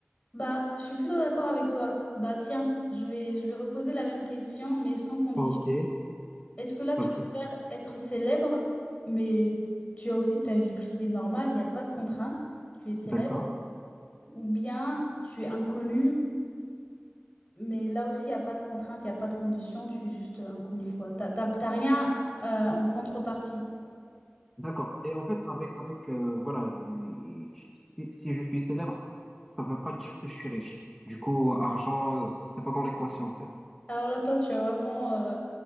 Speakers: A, on the left (about 30°); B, in the centre.
A: Bah, je suis plutôt d'accord avec toi. Bah, tiens, je vais, je vais reposer la même question, mais sans condition.
B: Ok,
A: Est-ce que là,
B: ok,
A: tu préfères être célèbre, mais tu as aussi ta vie privée normale, il n'y a pas de contrainte, tu es célèbre,
B: d'accord,
A: ou bien tu es inconnu, mais là aussi, il n'y a pas de contrainte, il n'y a pas de condition, tu es juste inconnu, quoi. T'as, t'as, t'as rien euh, en contrepartie.
B: d'accord. Et en fait, avec, avec, euh, voilà, je- si si je suis célèbre, ça veut pas dire que je suis riche. Du coup, argent, euh, c'est pas dans l'équation, en fait.
A: Alors là, toi, tu as vraiment... euh,